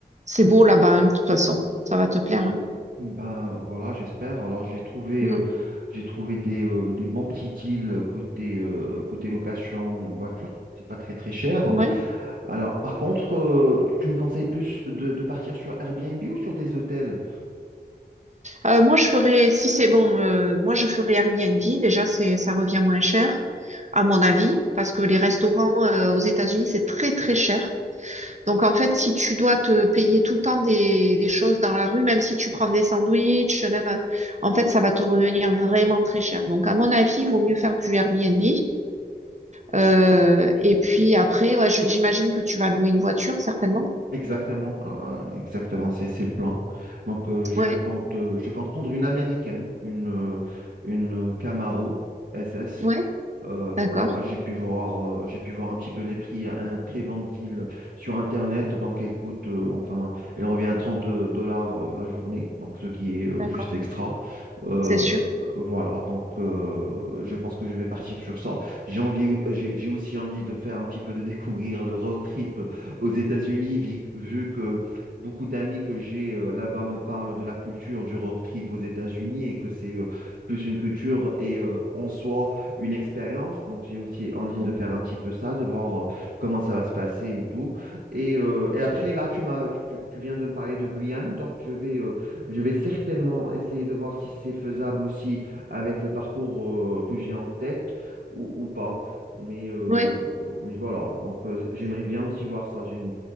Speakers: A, on the right (about 45°); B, on the right (about 85°).
A: c'est beau là-bas, hein, de toute façon. Ça va te plaire. hein.
B: Ben voilà, j'espère. Alors j'ai trouvé,
A: Mm.
B: euh, j'ai trouvé des, euh, des bons petits deals côté, euh, côté location voiture. C'est pas très très cher.
A: Ouais.
B: Alors par contre, euh, tu me conseilles plus de, de partir sur Airbnb ou sur des hôtels?
A: Euh, moi, je ferais, si c'est bon, euh, moi, je ferais Airbnb. Déjà, c'est, ça revient moins cher, à mon avis, parce que les restaurants, euh, aux États-Unis, c'est très, très cher. Donc, en fait, si tu dois te payer tout le temps des, des choses dans la rue, même si tu prends des sandwichs, même, euh, en fait, ça va te revenir vraiment très cher. Donc, à mon avis, il vaut mieux faire du Airbnb. Euh, et puis après, ouais, je- j'imagine que tu vas louer une voiture, certainement.
B: Exactement, euh, exactement, c'est c'est le plan. Donc euh, je
A: Ouais,
B: compte euh, je compte prendre une américaine, une euh, une Camaro SS
A: ouais,
B: euh, donc
A: d'accord,
B: voilà, j'ai pu voir, euh, j'ai pu voir un petit peu les prix, un très bon deal sur Internet. Donc elle coûte, euh, enfin, elle revient à 30 euh, dollars euh, la journée, donc ce qui est euh,
A: d'accord,
B: juste extra. Euh,
A: c'est sûr.
B: euh, voilà, donc euh, je pense que je vais partir sur ça. J'ai envie, euh, j'ai j'ai aussi envie de faire un petit peu de découvrir le road trip aux États-Unis, vi- vu que beaucoup d'amis que j'ai euh, là-bas me parlent de la culture du road trip aux États-Unis et que c'est euh, plus une culture et euh, en soi une expérience. Donc, j'ai aussi envie
A: Mm.
B: de faire un petit peu ça, de voir euh, comment ça va se passer et tout. Et, euh, et après, là, tu m'as, tu, tu viens de me parler de Guyane. Donc, je vais, euh, je vais certainement essayer de voir si c'est faisable aussi avec le parcours euh, que j'ai en tête ou, ou pas. Mais, euh,
A: Ouais.
B: mais voilà. Donc, euh, j'aimerais bien aussi voir ça. J'aime,